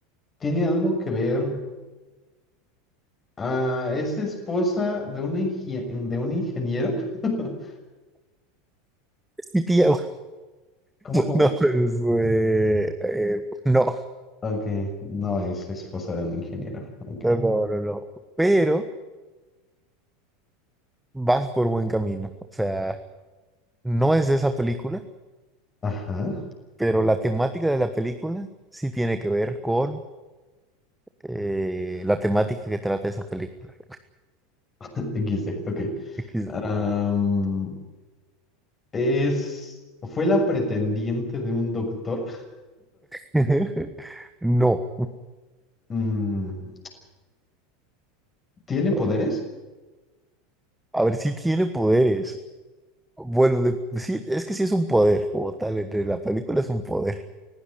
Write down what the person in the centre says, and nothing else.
Es mi tía. <laughs>
No, es, eh, eh, no,
no, no, no, no. Pero vas por buen camino. O sea, no es de esa película,
pero la temática de la película sí tiene que ver con eh, la temática que trata esa película.
<laughs>
<laughs> No,
no.
A ver, si tiene poderes. Bueno, le- sí, es que sí es un poder, como tal, entre la película es un poder.